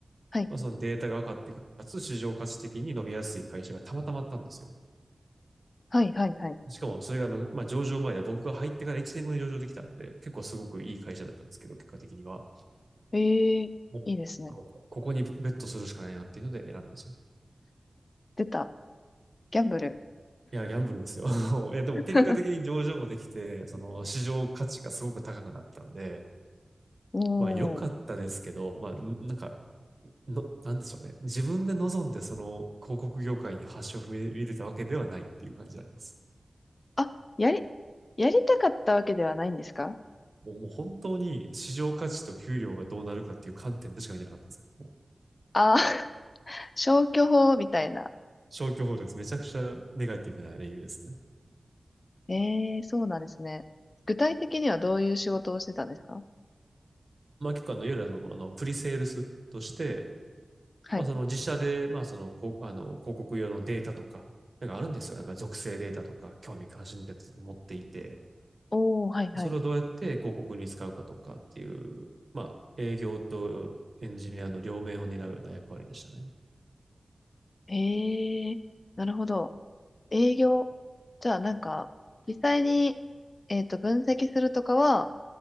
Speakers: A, on the left; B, on the right.
A: はい
B: まあ、そのデータが分かって、かつ市場価値的に伸びやすい会社がたまたまあったんですよ。
A: はいはいはい。
B: しかも、それがあの、まあ、上場前で僕が入ってから1年後に上場できたんで、結構すごくいい会社だったんですけど、結果的には。
A: ええいいですね。
B: もうあのこここにベットするしかないなっていうので選んだんですよね。
A: 出た。ギャンブル。
B: いや、ギャンブルですよ。<laughs> いや、でも結果的に上場もできて、
A: <laughs>
B: その市場価値がすごく高くなったんで、
A: お
B: まあ良かったですけど、
A: お。
B: まあ、なんか、の、なんでしょうね。自分で望んでその広告業界に橋を踏み入れたわけではないっていう感じであります。
A: あ、やり、やりたかったわけではないんですか
B: もうもう本当に市場価値と給料がどうなるかっていう観点でしか見てなかったんですよ。もう
A: ああー、<laughs> 消去法みたいな。
B: 消去法です。めちゃくちゃネガティブな理由ですね。
A: ええそうなんですね。具体的にはどういう仕事をしてたんですか
B: まあ結構あの、いわゆるあの、あのプリセールスとして、
A: はい。
B: まあその自社で、まあその、こあの、広告用のデータとか、なんかあるんですよ。なんか属性データとか、興味関心データとか持っていて、
A: おお、はいはい。
B: それをどうやって広告に使うかとかっていう、まあ営業とエンジニアの両面を担うような役割でしたね。
A: ええなるほど。営業。じゃあなんか、実際に、えっと、分析するとかは、